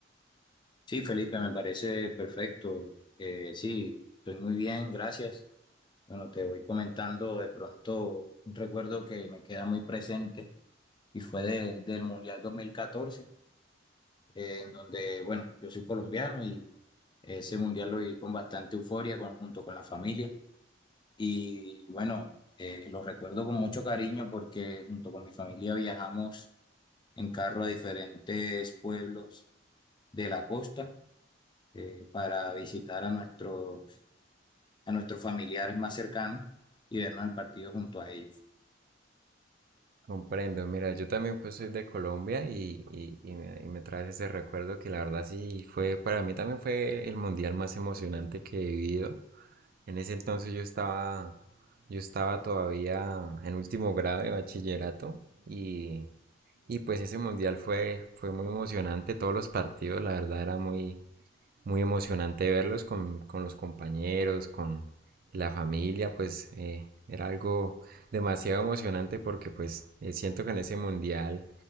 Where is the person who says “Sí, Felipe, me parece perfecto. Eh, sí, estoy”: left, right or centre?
Left